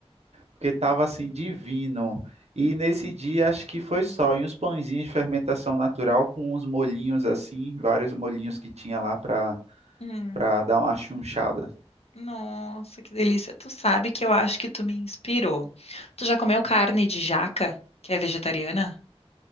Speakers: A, on the right; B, on the left.
A: porque estava assim divino. E nesse dia acho que foi só, e uns pãezinhos de fermentação natural com uns molhinhos assim, vários molhinhos que tinha lá para
B: hum.
A: para dar uma chunchada.
B: Nossa, que delícia. Tu sabe que eu acho que tu me inspirou. Tu já comeu carne de jaca, que é vegetariana?